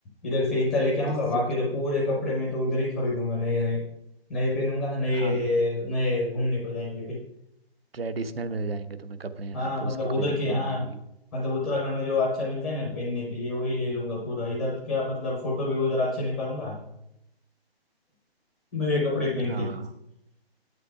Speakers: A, in the centre; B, on the right.
A: इधर से इतना लेके आऊंगा
B: जिससे
A: बाकी
B: तुम
A: तो पूरे कपड़े में तो उधर ही खरीदूंगा नए नए नए पहनूंगा नए
B: हाँ
A: नए घूमने को जाएंगे फिर
B: ट्रेडिशनल मिल जाएंगे तुम्हें कपड़े यहाँ
A: हाँ
B: पे
A: मतलब
B: उसकी
A: उधर
B: कोई दिक्कत
A: के हाँ
B: नहीं आएगी
A: मतलब उत्तराखंड में जो अच्छा मिलता है ना पहनने के लिए वही ले लूंगा पूरा इधर क्या मतलब फोटो भी उधर अच्छे निकालूंगा नए कपड़े पहन
B: हाँ
A: के